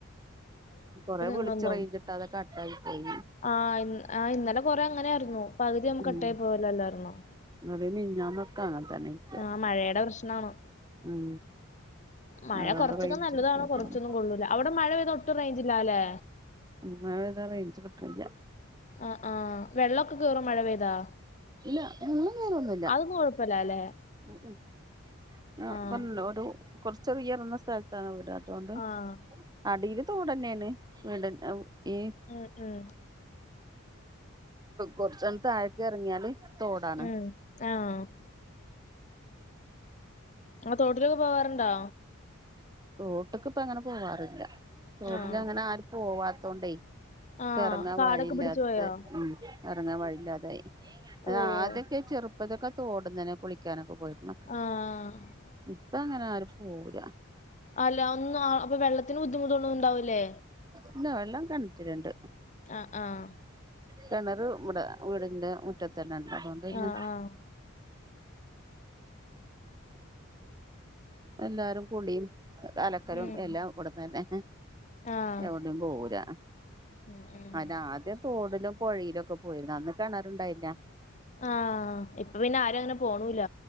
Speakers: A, on the right (about 20°); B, on the left (about 35°).
A: കൊറേ വിളിച്ച്
B: ഇന്നൊന്നും
A: റേഞ്ച് കിട്ടാതെ കട്ട് ആയി പോയി
B: ആഹ് ഇ ആഹ് ഇന്നലെ കൊറെ അങ്ങനെ ആയിരുന്നു പകുതി ആകുമ്പോൾ
A: ഉം
B: കട്ടായി പോവല് അല്ലയിരുന്നോ
A: ഇന്നലിം മിൻഞാന്നൊക്കെ അങ്ങൻതന്നെന്ന്
B: ആഹ് മഴയുടെ പ്രശ്നാണ്
A: ഉം
B: മഴ
A: അതുകൊണ്ട്
B: കൊറച്ചൊക്കെ
A: റേഞ്ച്
B: നല്ലതാണ്
A: കിട്ടാത്തതാണ്
B: കൊറച്ചൊന്നും കൊള്ളൂല അവിടെ മഴ പെയ്താ ഒട്ടും റേഞ്ചില്ല അല്ലേ
A: ഉം മഴേയ്താ റെയ്ഞ്ച് കിട്ട്ണിയ്യ
B: അഹ് ആഹ് വെള്ളൊക്കെകേറോ മഴ പെയ്താ
A: ഇല്ല വെള്ളം കേറൊന്നുംഇല്ലാ
B: അതൊന്നും കൊഴപ്പല്ലല്ലേ
A: <unintelligible>
B: ആഹ്
A: കൊ ഒരു കൊർചൊരു ഉയർന്ന സ്ഥലത്താണ് വീട് അ തോണ്ട്
B: ആഹ്
A: അടീല് തോടന്നെണ് വീട്ന്റെ ഈ
B: ഉം ഉം
A: കൊർച്ചാണ് താഴക്ക് എറങ്ങിയാല് തോടാണ്
B: ഉം ആഹ് ആതോട്ടിലൊക്കെ പോവാറുണ്ടോ
A: തോട്ട്ക്ക് ഇപ്പങ്ങനെ പോവാറില്ല തോട്ടിലങ്ങനെ
B: ആഹ്
A: ആരും പോവാത്തോണ്ടേയ്
B: ആഹ്
A: എറങ്ങാൻ
B: കാടൊക്കെ
A: വഴിയില്ലാത്ത
B: പിടിച്ചു പോയോ
A: ഉം എറങ്ങാൻ വഴിയില്ലാതായി ഞങ്ങ
B: ഓഹ്
A: ആദ്യൊക്കെ ചെറുപ്പതൊക്കെ തോടുന്നന്നെ കുളിക്കാനൊക്കെ പോയിരുന്നെഹ്
B: ആഹ്
A: പ്പ അങ്ങനെ ആരും പോവൂല
B: അല്ല അങ്ങ് ആഹ് അപ്പൊ വെള്ളത്തിന് ബുദ്ധിമുട്ടൊന്നും ഉണ്ടാവില്ലേ
A: ഇല്ല വെള്ളം കെൻറ്റില്ണ്ട്
B: ആഹ് ആഹ്
A: കെണരറ് വ്ടെ വീടിന്റെ മുറ്റത്തന്നെണ്ട് അതുകൊണ്ട് പിന്നെ
B: ആഹ് ആഹ്
A: എല്ലാരും കുളീം അലക്കലും
B: ഉം
A: എല്ലാം ഇവട്ന്നെന്നെ
B: ആഹ്
A: എവടിം പോവൂല
B: ഉം ഉം
A: മറ്റേ ആദ്യം തോട്ലും പൊഴിലും ഒക്കെ പോയിരുന്നു അന്ന് കെണാറ്ണ്ടായില്ല
B: ആഹ് ഇപ്പ പിന്നെ ആരും അങ്ങനെ പോണുല